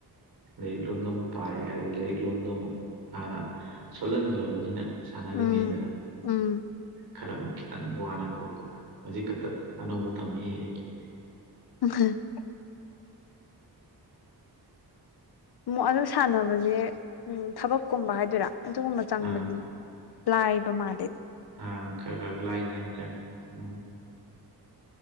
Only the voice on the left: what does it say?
ꯎꯝ ꯎꯝ
ꯍꯝ ꯛ ꯑꯗꯨ ꯁꯥꯟꯅꯕꯁꯦ ꯊꯕꯛꯀꯨꯝꯕ ꯍꯥꯏꯗꯣꯏꯔꯥ ꯑꯗꯨꯒꯨꯝꯕ ꯆꯪꯕꯗꯤ
ꯂꯥꯏꯕ ꯃꯥ